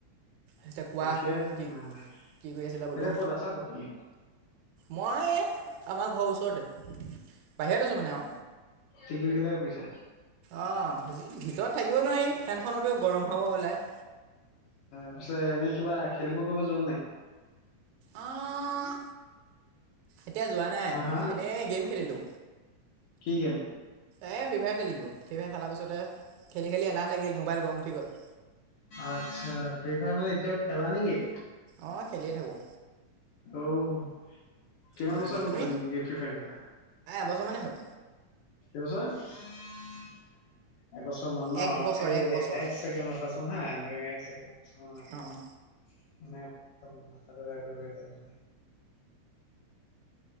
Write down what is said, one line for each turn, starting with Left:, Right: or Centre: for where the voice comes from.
Right: এতিয়া কোৱা
Left: ঠিকে আছে
Right: কি
Left: তেনেহ'লে,
Right: কি কৰি আছিলা বোলো
Left: এতিয়া ক'ত আছা ক'ত তুমি
Right: মই এ আমাৰ ঘৰৰ ওচৰতে বাহিৰত আছো মানে অ'
Left: টিকিলিকিলাই ফুৰিছা
Right: অ' ভিতৰত থাকিব নোৱাৰি ফেনখনপও গৰম হ'ব ওলায়।
Left: তাৰ পিছে এনে কিবা খেলিব কৰিব যোৱা নে নাই।
Right: আহ এতিয়া যোৱা নাই
Left: হা হা
Right: এনেই গেম খেলিলো।
Left: কি গেম?
Right: এই ফ্ৰিভায়াৰ খেলিলোঁ। ফ্ৰিভায়াৰ খেলাৰ পাছতে খেলি খেলি এলাহ লাগিল মোবাইল গৰম উঠি গ'ল।
Left: আচ্ছা ফ্ৰীফায়াৰ মানে এতিয়াও খেলা নেকি?
Right: অ' খেলিয়ে থাকোঁ।
Left: অ' কিমান
Right: উম,
Left: বছৰ হ'ল
Right: তুমি
Left: খালি ফ্ৰী ফায়াৰ খেলা?
Right: এবছৰমানেই হ'ল।
Left: কছ <inaudible> এবছৰ মান ন
Right: এক বছৰ
Left: এই
Right: বছৰ
Left: এক ছেকেণ্ড ৰখাচোন হা দুই এক ছেকেণ্ড। ছ মন লাগে।
Right: অঁ অঁ
Left: মানে একদম মাথাটো বেয়া কৰিব এতিয়া নহ'লে।